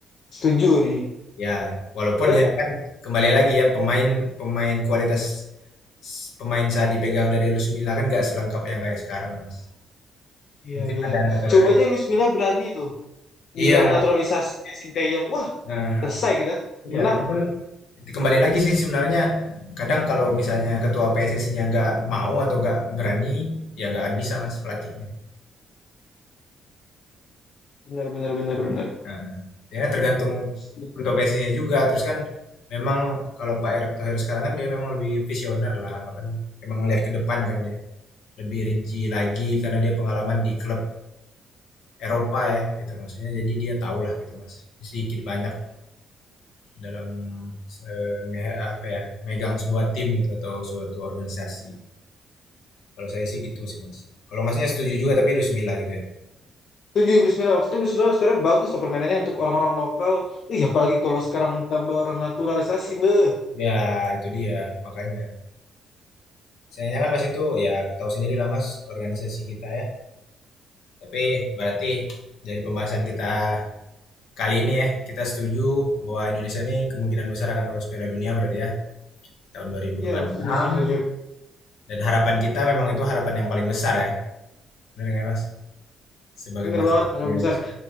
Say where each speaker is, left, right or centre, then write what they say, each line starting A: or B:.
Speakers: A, on the left; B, on the left.
A: setuju nih.
B: Ya, walaupun
A: Padahal,
B: ya kan kembali lagi ya pemain pemain kualitas s pemain saat dipegang dari Luis Milla kan nggak selengkap yang kayak sekarang, Mas.
A: iya
B: Mungkin
A: iya.
B: ada naturalisasi.
A: Coba aja Luis Milla berani tuh,
B: Iya,
A: bilang naturalisasi Sinteyong, wah
B: heeh.
A: selesai kita,
B: Iya,
A: menang.
B: itu kan kembali lagi sih sebenarnya kadang kalau misalnya ketua PSSI-nya nggak mau atau nggak berani, ya nggak akan bisa mas pelatihnya.
A: Bener bener bener bener.
B: Nah, ya kan tergantung
A: Setuju.
B: ketua PSSI-nya juga. Terus kan memang kalau Pak Erick Thohir sekarang kan dia memang lebih visioner lah, anggapan emang ngelihat ke depan kan dia lebih rinci lagi karena dia pengalaman di klub Eropa ya gitu maksudnya. Jadi dia tahulah gitu mas, sedikit banyak dalam eh, nge- apa ya megang sebuah tim gitu atau suatu organisasi. Kalau saya sih gitu sih mas. Kalau masnya setuju juga tapi lu semila gitu ya?
A: Setuju Bismillah waktu itu Luis Milla sebenarnya bagus tuh permainannya untuk orang-orang lokal. Ih, apalagi kalau sekarang tambah orang naturalisasi, beh.
B: Ya itu dia makanya. Sayangnya kan pas itu ya tahu sendiri lah mas organisasi kita ya. Tapi berarti dari pembahasan kita kali ini ya kita setuju bahwa Indonesia ini kemungkinan besar akan lolos Piala Dunia berarti ya tahun dua ribu
A: Iya,
B: dua ribu
A: setuju,
B: enam.
A: setuju, setuju.
B: dan harapan kita memang itu harapan yang paling besar ya benar nggak ya, mas sebagai
A: Bener
B: masyarakat
A: banget, harapan
B: Indonesia
A: besar.